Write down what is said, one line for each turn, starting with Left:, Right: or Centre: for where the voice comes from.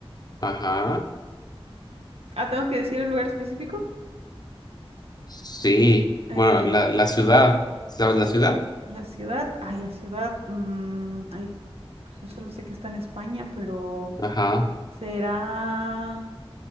Left: Ajá.
Right: Ah, tengo que decir un lugar específico.
Left: Sí.
Right: Eh,
Left: Bueno, la, la ciudad. ¿Sabes
Right: las-
Left: la ciudad?
Right: la ciudad, ay, la ciudad, mm, ay, pues yo solo sé que está en España, pero
Left: Ajá.
Right: será